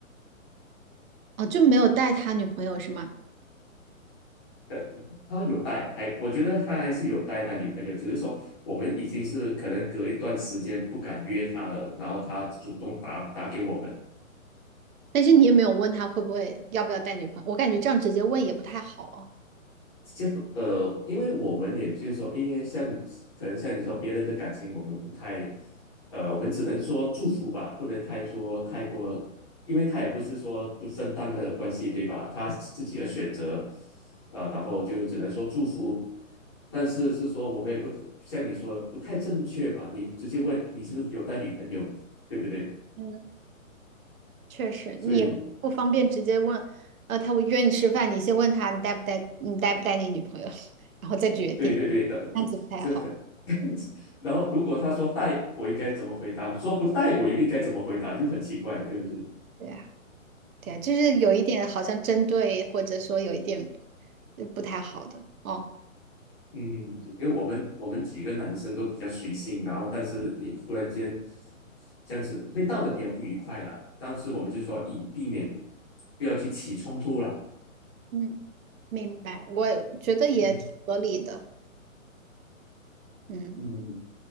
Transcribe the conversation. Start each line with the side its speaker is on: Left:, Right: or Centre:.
Right: 哦就没有带他女朋友是吗？
Left: 对，他有带，还我觉得他还是有带那女朋友，只是说我们已经是可能隔一段时间不敢约他了，然后他主动打打给我们，
Right: 但是你也没有问他会不会要不要带女朋友，我感觉这样直接问也不太好哦。
Left: 这不呃，因为我们也就是说，因为像可能像你说别人的感情，我们不太呃，我们只能说祝福吧，不能太说太过，因为他也不是说不正当的关系，对吧？他自己的选择，呃，然后就只能说祝福，但是是说我们也不像你说的不太正确吧？你直接问你是不是有带女朋友，对不对？
Right: 嗯确实，你也不方便直接问，
Left: 所以
Right: 呃，他会约你吃饭，你先问他你带不带，你带不带你女朋友，<laughs> 然后再决定，
Left: <laughs> 对对对的，
Right: 这样子不太好。
Left: <laughs> 这很。<laughs> 然后如果他说带，我应该怎么回答？说不带，我又应该怎么回答？就很奇怪，对不对？
Right: 对呀，对呀，就是有一点好像针对，或者说有一点呃不太好的哦。
Left: 嗯，因为我们我们几个男生都比较随性，然后但是你忽然间这样子会闹得比较不愉快啦。当时我们就说以避免不要去起冲突啦。
Right: 嗯，明白，我觉得也挺合理的。
Left: 嗯
Right: 嗯，
Left: 嗯，